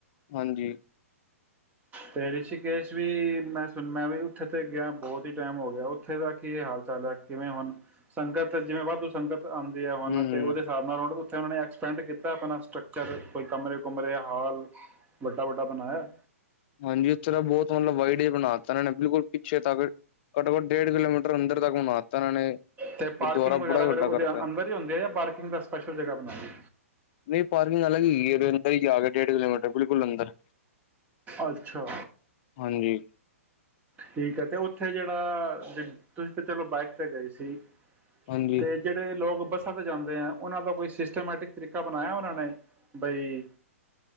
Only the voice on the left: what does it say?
ਹਾਂਜੀ।
ਹੂੰ ਹੂੰ
ਹਾਂਜੀ, ਓਥੇ ਤਾਂ ਬਹੁਤ ਹੁਨ ਵਾਈਟ ਬਣਾ ਤੈ ਬਿਲਕੁਲ ਪਿੱਛੇ ਤਕ। ਘਟੋ- ਘਟ ਡੇਢ ਕਿਲੋਮੀਟਰ ਅੰਦਰ ਦਾ ਘੂਮਾਤਾ ਏਨਾ ਨੇ।
ਗੁਰਦੁਆਰਾ
ਬੜਾ ਈ ਵੱਡਾ
ਕੜਤੈ
ਐ,
ਨਹੀਂ ਪਾਰਕਿੰਗ ਅਲੱਗ ਹੀਗੀ, ਅੰਦਰ ਹੀ ਜਾ ਕੇ ਡੇਢ ਕਿਲੋਮੀਟਰ। ਬਿਕੁਲ ਅੰਦਰ।
ਹਾਂਜੀ
ਹਾਂਜੀ